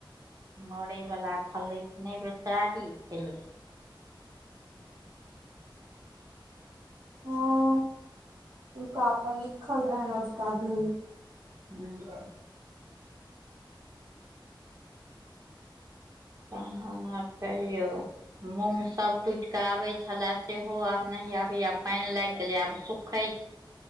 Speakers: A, on the right (about 40°); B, on the right (about 70°).
A: मरय वला छलै तऽ नहि बेचारी चैल गेल
B: ह उनका अपन लिखल रहैन अजुका दिन
A: ह। तहन आहा कहियो। मूँग सभ टूट के आबे छले सेहो आब न आबे या आब पानि लागि गेले आब सुखे